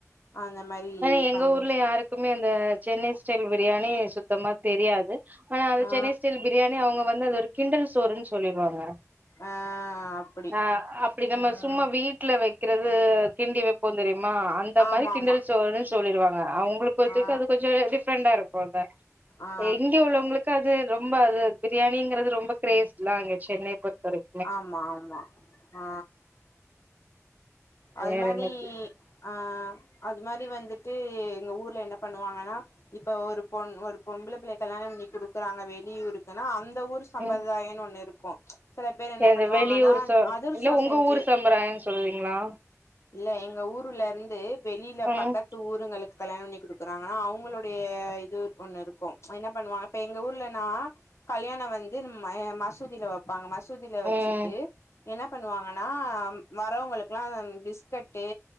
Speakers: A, on the left; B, on the right.
A: அந்த மாரி
B: ஏன்னா எங்க
A: பண்ணி
B: ஊர்ல யாருக்குமே அந்த சென்னை ஸ்டைல் பிரியாணி சுத்தமா தெரியாது ஆனா அந்த
A: ஆ
B: சென்னை ஸ்டைல் பிரியாணி அவுங்க வந்து அது ஒரு கிண்டல் சோறுன்னு சொல்லிருவாங்க
A: ஆ அப்டி
B: ஆ அப்பிடி நம்ம
A: ம்
B: சும்மா வீட்ல வெக் கிறது கிண்டி வெப்போ தெரியுமா அந்த
A: ஆமா
B: மாரி கிண்டல்
A: ஆமா
B: சோறுன்னு சொல்லிடுவாங்க அவங்களு பொறுத்த
A: ஆ
B: வரைக்கு அது கொஞ்சோ டிஃப்ரண்டா இருக்கு அத
A: ஆ
B: இங்க உள்ளவங்களுக்கு அது ரொம்ப அது பிரியாணிங்கிறது ரொம்ப கிரேஸ்ல்லா அங்க சென்னை பொறுத்தவரைக்கு
A: ஆமா ஆமா ஆ அது
B: வேற
A: மாரி
B: என்ன
A: ஆ அது மாரி வந்துட்டு எங்க ஊர்ல என்ன பண்ணுவாங்கன்னா இப்ப ஒரு பொண் ஒரு பொம்பளை பிள்ளைய கல்யாணம் பண்ணி குடுக்குறாங்க வெளியூருக்குன்னா அந் த ஊர் சம்பிரதாயம்ன்னு
B: ம்
A: ஒண்ணு இருக்கு சில பேர் என்ன
B: இந்த
A: பண்ணுவாங்கன்னா
B: வெளியூர் ச
A: அதிரசோ
B: இல்ல உங்க
A: செஞ்சி
B: ஊர் சம்பிராயன்னு சொல்லுவீங்களா
A: இல்ல எங்க ஊர்ல இருந்து வெளில
B: ம்
A: பக்கத்து ஊருங்களுக்கு கல்யாணம் பண்ணி குடுக்குறாங்கன்னா அவங்களுடைய இது ஒண்ணு இருக்கு என்ன பண்ணுவாங்க இப்ப எங்க ஊர்லன்னா கல்யாணோ வந்து ம மசூதியில வைப்பாங்க மசூ தில வச்சுட்டு
B: ம்
A: என்ன பண்ணுவாங்கன்னா வரவங்களுக்குல்லா பிஸ்கட்டு